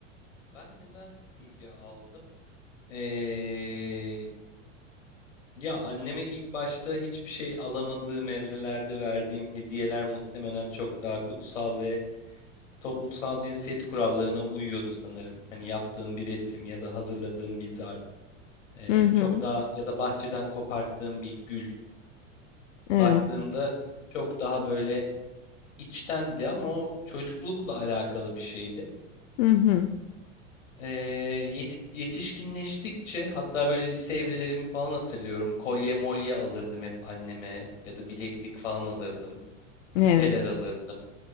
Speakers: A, on the left (about 80°); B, on the left (about 65°).
A: Ben neden süpürge aldım? Ee, Ya anneme ilk başta hiçbir şey alamadığım evrelerde verdiğim hediyeler muhtemelen çok daha kutsal ve toplumsal cinsiyet kurallarına uyuyordu sanırım. Hani yaptığım bir resim ya da hazırladığım bir zarf, eee,
B: Hı hı.
A: çok daha ya da bahçeden koparttığım bir gül.
B: Evet.
A: Baktığında çok daha böyle içtendi ama o çocuklukla alakalı bir şeydi.
B: Hı hı.
A: Eee, yeti- yetişkinleştikçe hatta böyle lise evrelerimi falan hatırlıyorum. Kolye molye alırdım hep anneme ya da bileklik falan alırdım.
B: Evet.
A: küpeler alırdım.